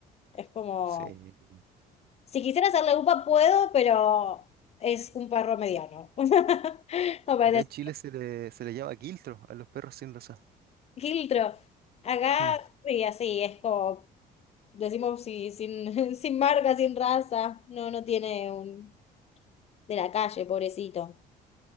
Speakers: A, on the left; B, on the right.
A: Es como.
B: Sí.
A: Si quisiera hacerle upa, puedo, pero es un perro mediano. <laughs> No parece
B: Acá en Chile se le, se le llama quiltro a los perros sin raza.
A: filtro. Acá,
B: Mm.
A: sí, así, es como Decimos si- sin, <laughs> sin marca, sin raza. No, no tiene un... De la calle, pobrecito.